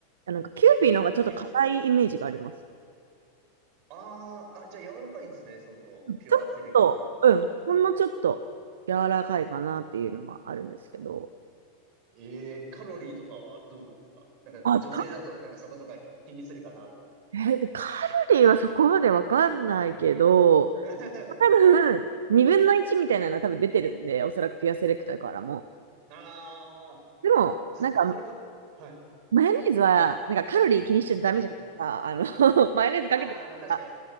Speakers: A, on the right (about 65°); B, on the right (about 40°).
A: あなんかキューピーの方がちょっと硬いイメージがあります。
B: い。え、あー、あ、じゃあ柔らかいんですね。その、ピュアセレクトは。
A: ちょっと、うん、ほんのちょっと柔らかいかなっていうのはあるんですけど。
B: えー、カロリーとかはどうなんですかなんか女性だと、
A: あ、
B: なんかそことか気にするかなと思って。
A: え、でカロリーはそこまでわかんないけど、
B: <laughs>
A: 多分、
B: はい。
A: 2分の1みたいなのは多分出てるんで、おそらくピュアセレクトからも。
B: あ
A: でも、
B: ー、
A: なんか、
B: じゃ、それか、はい、
A: マヨネーズは、なんかカロリー気にしちゃダメじゃないですか。
B: はい。
A: あの、<laughs> マヨネーズかけてるから。
B: あー、まあ確かに。